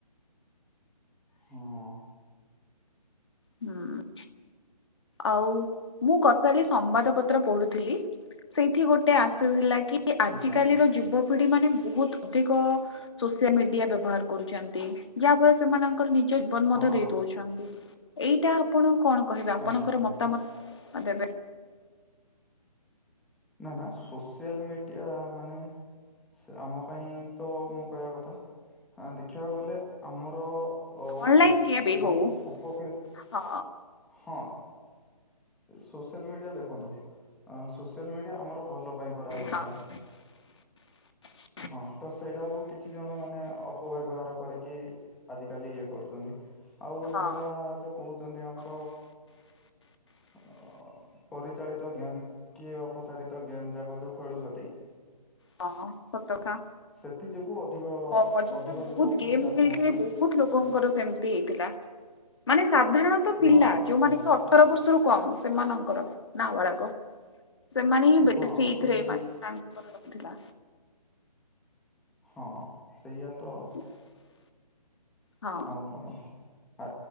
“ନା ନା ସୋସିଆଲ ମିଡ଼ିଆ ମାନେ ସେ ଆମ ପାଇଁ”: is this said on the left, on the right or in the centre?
Centre